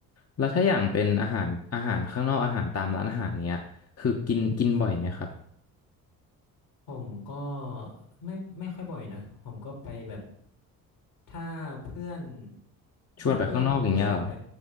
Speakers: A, on the left; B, on the left.
A: แล้วถ้าอย่างเป็นอาหารอาหารข้างนอกอาหารตามร้านอาหารเงี้ยคือกินกินบ่อยไหมครับ
B: ผมก็ไม่ไม่ค่อยบ่อยนะผมก็ไปแบบถ้าเพื่อน
A: ชวนไปข้างนอกอย่างเงี้ยเหรอ
B: ถ้าเพื่อนผมชวนไป